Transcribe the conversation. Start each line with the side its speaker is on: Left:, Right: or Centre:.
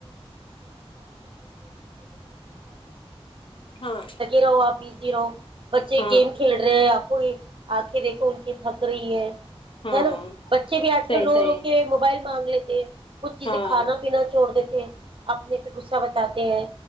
Left: ہاں
Right: رہاو آپ <unintelligible> زیرو <inaudible> بچے
Left: ہاں
Right: گیم کھیل رہے ہیں آپ <unintelligible> کوئی آنکھیں دیکھو ان کی تھک رہی ہے <unintelligible> ہے
Left: ہاں
Right: نا بچے بھی آج
Left: صحیح
Right: کل رو
Left: صحیح
Right: رو کے موبائل <unintelligible> بانگلے تھ کچ چیزیں
Left: ہاں
Right: کھانا پینا چھوڑ دتے ج اپنے پہ غصہ بتاتے ہیں